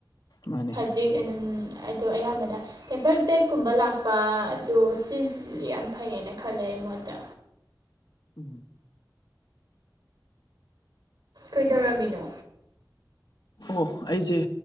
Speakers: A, on the left; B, on the right.
A: ꯃꯥꯅꯦ
B: <unintelligible> ꯑꯗꯨꯝ ꯑꯗꯣ ꯑꯌꯥꯝꯕꯅ ꯄꯦꯄꯔ ꯇꯦꯛꯀꯨꯝꯕ ꯂꯥꯛꯄ ꯑꯗꯣ ꯁꯤꯁꯤ ꯌꯥꯝ ꯐꯩꯌꯦꯅ ꯈꯜꯂꯦ ꯑꯩ ꯃꯣꯠꯇ
A: ꯎꯝ
B: ꯀꯩꯗꯧꯔꯝꯃꯤꯅꯣ
A: ꯑꯣ ꯑꯩꯖ‌ꯦ